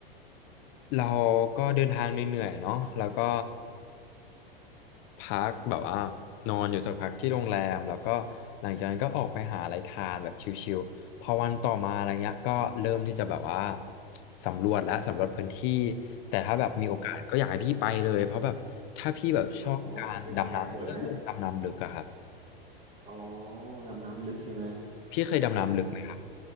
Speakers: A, on the left; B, on the right.
A: เราก็เดินทางเหนื่อยๆเนาะแล้วก็ พักแบบว่านอนอยู่สักพักที่โรงแรมแล้วก็หลังจากนั้นก็ออกไปหาอะไรทานแบบชิลๆพอวันต่อมาอะไรเงี้ยก็เริ่มที่จะแบบว่าสำรวจและสำรวจพื้นที่แต่ถ้าแบบมีโอกาสก็อยากให้พี่ไปเลยเพราะแบบถ้าพี่แบบชอบการดำน้ำเรื่องดำน้ำลึกอะครับ
B: อ๋อ อ๋อเป็นไงอะสวยไหมอ๋อดำน้ำลึกใช่ไหม
A: พี่เคยดำน้ำลึกไหมครับ
B: โห